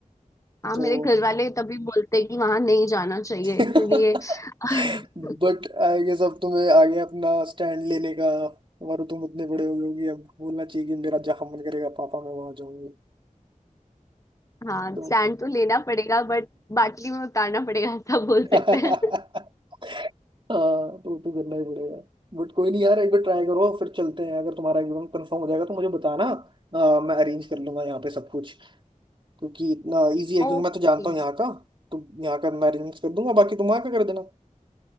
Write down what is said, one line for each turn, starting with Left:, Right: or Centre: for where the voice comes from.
Left: हाँ
Right: तो
Left: मेरे घर वाले तभी बोलते हैं कि वहां नहीं जाना चाहिए
Right: <laughs>
Left: इसलिए <laughs>
Right: बट आई गेस अब तुम्हें आगे अपना स्टैंड लेने का और तुम इतने बड़े हो गए होगे, अब बोलना चाहिए कि मेरा जहाँ मन करेगा पापा मैं वहां जाऊंगी
Left: हाँ
Right: तो
Left: स्टैंड तो लेना पड़ेगा बट बाटली में उतारना पड़ेगा ऐसा बोल सकते
Right: <laughs>
Left: हैं
Right: हाँ वो तो करना ही पड़ेगा बट कोई नहीं यार एक बार ट्राई करो फिर चलते हैं अगर तुम्हारा एग्जाम कंफर्म हो जाएगा तो मुझे बताना अ, मैं अरेंज कर लूंगा यहाँ पे सब कुछ क्योंकि इतना इजी है
Left: <laughs>
Right: क्योंकि मैं तो जानता
Left: ओके
Right: हूँ यहाँ का तो यहाँ का मैं अरेंज कर दूंगा बाकी तुम वहाँ का कर देना